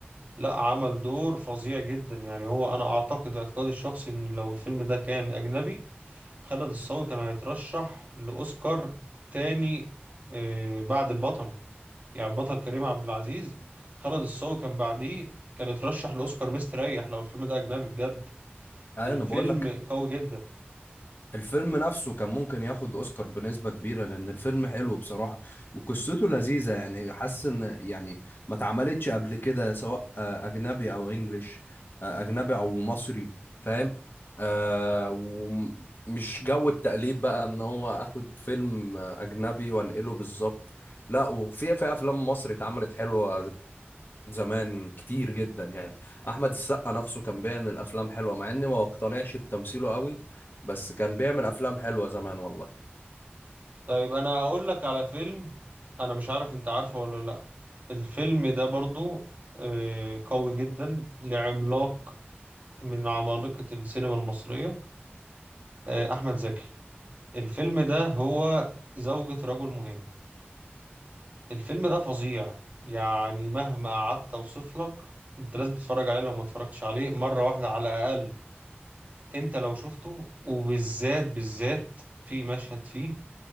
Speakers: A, on the right; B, on the left.
A: لا عمل دور فظيع جدا يعني هو أنا أعتقد اعتقادي الشخصي إن لو الفيلم ده كان أجنبي خالد الصاوي كان هيترشح لأوسكار تاني آه، بعد البطل يعني بطل كريم عبد العزيز خالد الصاوي كان بعديه كان اترشح لاوسكار مستريح لو الفيلم ده اجنبي بجد
B: أنا
A: الفيلم
B: بقول لك
A: قوي جدا
B: الفيلم نفسه كان ممكن ياخد اوسكار بنسبة كبيرة لان الفيلم حلو بصراحة وقصته لذيذة يعني حاسس ان يعني ما اتعملتش قبل كده سواء آه، اجنبي او انجليش آه، اجنبي او مصري فاهم آه ومش جو التقليد بقى ان هو اخد فيلم آه، اجنبي وانقله بالظبط لا وفي في افلام مصري اتعملت حلوة زمان كتير جدا يعني احمد السقا نفسه كان بيعمل افلام حلوه مع اني ما اقتنعش بتمثيله قوي بس كان بيعمل افلام حلوه زمان والله
A: طيب انا اقول لك على فيلم انا مش عارف انت عارفه ولا لا الفيلم ده برضو آه، قوي جدا لعملاق من عمالقة السينما المصرية آه، احمد زكي الفيلم ده هو زوجة رجل مهم الفيلم ده فظيع يعني مهما قعدت اوصف لك انت لازم تتفرج عليه لو ما اتفرجتش عليه مرة واحدة على الأقل انت لو شفته وبالذات بالذات في مشهد فيه